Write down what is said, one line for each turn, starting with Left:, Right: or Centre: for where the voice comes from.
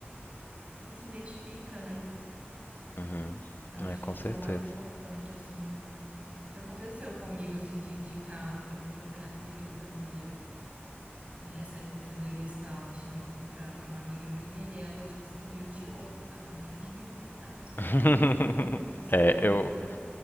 Right: Você se identifica, né?
Left: Uhum.
Right: Eu acho
Left: É, com
Right: que isso
Left: certeza.
Right: é o mais importante, assim. Já aconteceu comigo, assim, de indicar, por exemplo, a terapia que eu fazia, eh, essa época eu fazia Gestalt, né, com- pra, pra uma amiga minha, e ela, tipo assim, odiou, sabe? Ela queria me <laughs> matar de tanto
Left: <laughs>
Right: que ela odiou o o psicólogo,
Left: É, eu,
Right: sabe?